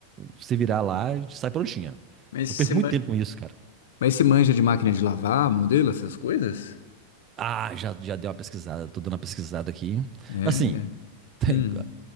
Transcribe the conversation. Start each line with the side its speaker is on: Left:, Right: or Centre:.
Right: se virar lá e sai prontinha.
Left: Mas
Right: Eu
Left: você,
Right: perco
Left: ma-
Right: muito tempo com isso, cara.
Left: Mas você manja de máquina de lavar, modelo, essas coisas?
Right: Ah, já, já dei uma pesquisada, tô dando uma pesquisada aqui.
Left: É.
Right: Assim, <laughs> tem-
Left: Hum.